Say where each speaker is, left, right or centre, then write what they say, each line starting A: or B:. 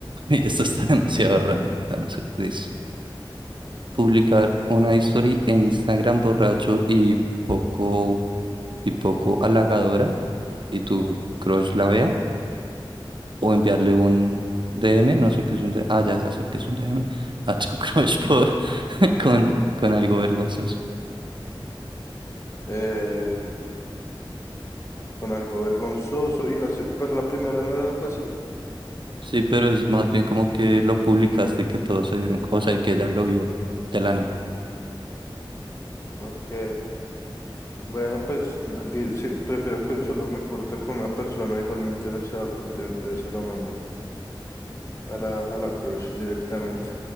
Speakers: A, on the right; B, on the left.
A: uy, esto está demasiado random. Dame un seg- Listo. Publicar una historia en Instagram borracho y poco, y poco halagadora y tu crush la vea. O enviarle un DM, no sé qué es un DM. Ah, ya, ya sé qué es un DM. A tu <laughs> crush por, <laughs> con, con algo vergonzoso.
B: Eh, con algo vergonzoso, y la, se- pero la primera no era algo así.
A: Sí, pero es más bien como que lo publicaste y que todos se dieron, cu- o sea, y que ella lo vio de la nada,
B: Ok. Bueno, pues la- di- sí, prefiero que solo me curte con una persona, igualmente se va a curtir, entonces se lo mando a la, a la crush directamente.